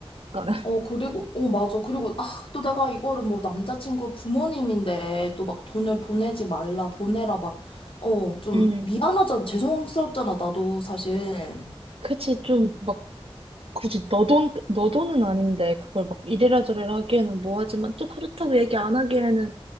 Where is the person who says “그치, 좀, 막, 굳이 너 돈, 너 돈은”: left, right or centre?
Right